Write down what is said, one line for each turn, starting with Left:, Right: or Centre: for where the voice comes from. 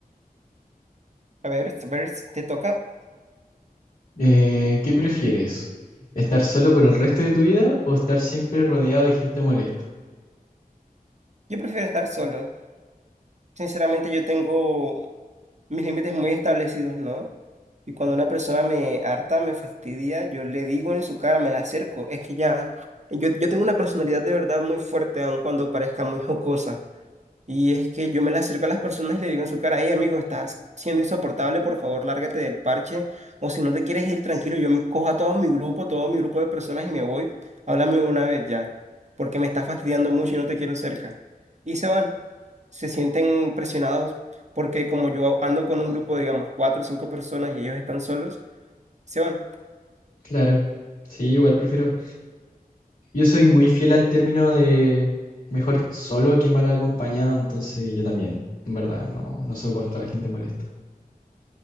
Right: A ver, a ver, te toca.
Left: Eh, ¿qué prefieres? ¿Estar solo por el resto de tu vida o estar siempre rodeado de gente molesta?
Right: Yo prefiero estar solo. Sinceramente, yo tengo mis límites muy establecidos, ¿no? Y cuando una persona me harta, me fastidia, yo le digo en su cara, me la acerco. Es que ya, yo, yo tengo una personalidad de verdad muy fuerte, aun cuando parezca muy jocosa. Y es que yo me le acerco a las personas y le digo en su cara, hey amigo, estás siendo insoportable, por favor, lárgate del parche. O si no te quieres ir, tranquilo, yo me cojo a todo mi grupo, todo mi grupo de personas y me voy. Háblame una vez ya, porque me está fastidiando mucho y no te quiero cerca. Y se van. Se sienten presionados porque como yo ando con un grupo, digamos, cuatro o cinco personas y ellos están solos, se van.
Left: Claro. Sí, igual prefiero. Yo soy muy fiel al término de mejor solo que mal acompañado, entonces yo también, en verdad, no, no soporto a la gente molesta.